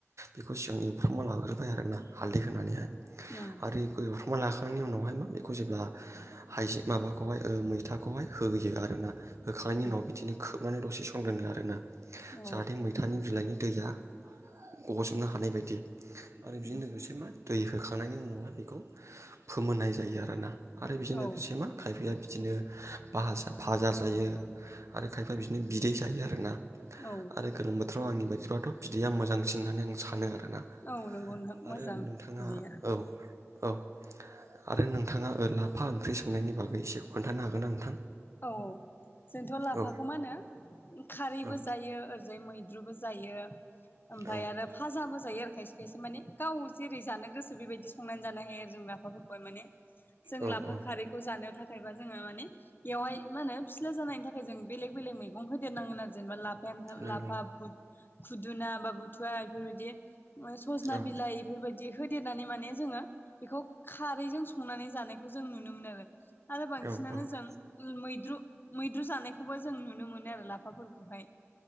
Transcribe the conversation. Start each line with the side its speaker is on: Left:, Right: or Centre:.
Right: बेखौ सिगां एवफ्रांनानै लाग्रोबाय आरोना हालदै होनानैहाय।
Left: औ
Right: आरोि गय एवफ्रुमा लाखांनायनि उनावहाय मा बेखौ जेब्ला हाइजें माबाखौहाय मैथाखौहाय होयो आरोना होखांनायनि
Left: उम
Right: उनाव बिदिनो खोबनानै दसे स आरोोना
Left: औ
Right: जाहे म थानि बिलाइनि दैया गगजबनो हानाय बायदि आरो
Left: उम
Right: बेजों लोगोसे मा। दै होखांनायनि उनावहाय बेखौ फोमोननाय जायो आरोना आरो बेजों
Left: औ
Right: लोगोसे मा खायफाया बिदिनो बाजा-फाजा जायो आरो खायफाया बिदिनो बिदै जायो आरोना।
Left: औ
Right: आरो गोलोम बोथोराव आंनि बायदिब्लाथ' बिदैया मोजांसिन होननानै आं सानो आरोना।
Left: औ नंगौ नोंथां
Right: आरो
Left: मोजां
Right: नोंथाङा
Left: बिदिया
Right: औ औ आरो नोंथाङा लाफा ओंख्रि संनायनि बागै एसेखौ खोन्थानो हागोन ना नोंथां?
Left: औ जोंथ' लाफाखौ
Right: औ
Left: मा होनो खारैबो
Right: औ
Left: जायो ओरै बिजाय मैद्रुबो जायो ओमफ्राय
Right: औ
Left: आरो फाजाबो जायो आरो खायसे खायसे माने गाव जेरै जानो गोसो बेबायदि संनानै जानो हायो आरो जों लाफाफोरखौहाय माने जों
Right: औ
Left: लाफा
Right: औ
Left: खारैखौ जानो थाखायबा जोङो माने बेवाहाय मा होनो फिस्ला जानायनि थाखाय जों बेलेग बेलेग मैगं होदेरनांगोन आरो जेनेबा लाब <unintelligible>
Right: नंगौ
Left: लाफा खुदुना बा बुथुवा बेफोरबायदि सजना
Right: औ
Left: बिलाइ बेफोरबायदि होदेरनानै माने जोङो बेखौ खारैजों संनानै जानायखौ जों नुनो मोनो आरो आरो बांसिनानो
Right: औ औ औ
Left: जों मैद्रु मैद्रु जानायखौबो जों नुनो मोनो आरो लाफाफोरखौहाय